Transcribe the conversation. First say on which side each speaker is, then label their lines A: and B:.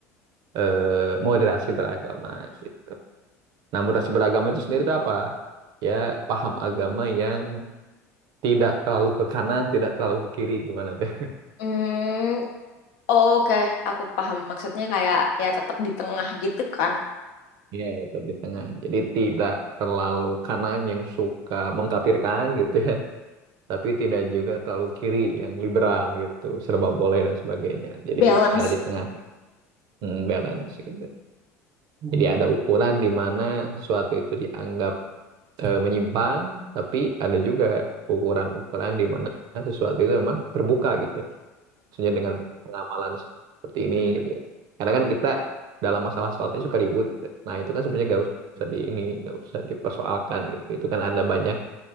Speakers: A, on the right; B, on the left.
A: eh, moderasi beragama gitu. Nah, moderasi beragama itu sendiri itu apa? Ya, paham agama yang tidak terlalu ke kanan, tidak terlalu ke kiri gimana tuh?
B: hmm oke aku paham maksudnya kayak ya tetap di tengah gitu kan
A: Iya, ya, tetap di tengah. Jadi tidak terlalu kanan yang suka mengkapirkan gitu ya tapi tidak juga terlalu kiri yang liberal gitu, serba
B: Hmm,
A: boleh dan sebagainya. Jadi
B: balance
A: ada di tengah mm, balance gitu. Jadi ada ukuran di mana sesuatu itu dianggap eh, menyimpang, tapi ada juga ukuran-ukuran di mana sesuatu itu memang terbuka gitu ya. Maksudnya dengan pengamalan seperti ini gitu ya. Karena kan kita dalam masalah sholat ini suka ribut gitu. Nah itu kan sebenarnya gak usah di ini, gak usah dipersoalkan gitu. Itu kan ada banyak